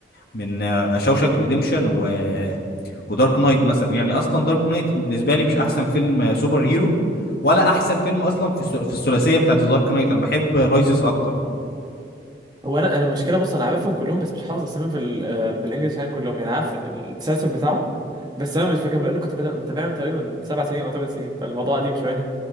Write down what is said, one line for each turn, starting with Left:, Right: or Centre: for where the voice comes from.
Left: من شوشانك ريديمشن و... ودارك نايت مثلا يعني اصلا دارك نايت بالنسبه لي مش احسن فيلم سوبر هيرو ولا احسن فيلم اصلا في الث- في الثلاثيه بتاعت دارك نايت انا بحب رايزز اكتر
Right: هو انا انا المشكله بص انا عارفهم كلهم بس مش حافظ اساميهم في ال- آه، بالانجلش يعني كلهم يعني عارف التسلسل بتاعهم بس انا مش فاكرهم لانه كنت بدا- متابعهم تقريبا سبع سنين او ثمان سنين فالموضوع قديم شويه